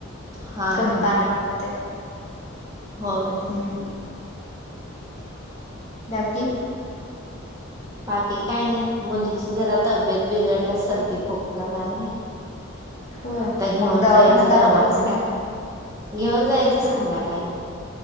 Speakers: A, on the right; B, on the left.
A: हा
B: कमी
A: हा
B: पाणी लागतय.
A: होय.
B: हम्म. बाकी?
A: बाकी काय नाही मुलीची जरा तब्येत बिघडल्याय सर्दी, खोकला झालाय.
B: <inaudible>
A: आता घेऊन
B: मग दवाखान्यात
A: जायचं
B: दाखवलंच
A: दवाखान्यात,
B: काय
A: घेऊन जायचं
B: हा
A: संध्याकाळी.